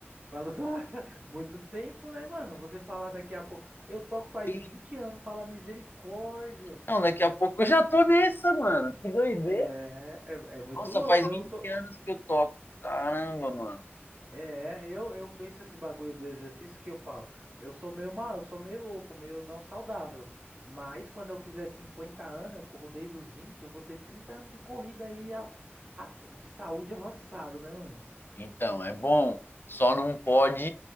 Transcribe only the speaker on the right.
Fala só, <laughs> muito tempo, né, mano? Você falar daqui a pouco. Eu toco faz
20 anos, fala misericórdia.
É, é, é muito
louco.
Eu
tô.
É, eu, eu penso esse bagulho do exercício que eu falo. Eu sou meio mal, eu sou meio louco, meio não saudável. Mas quando eu fizer 50 anos, eu corro desde os 20, eu vou ter 30 anos de corrida aí a- a- de saúde avançada, né, mano?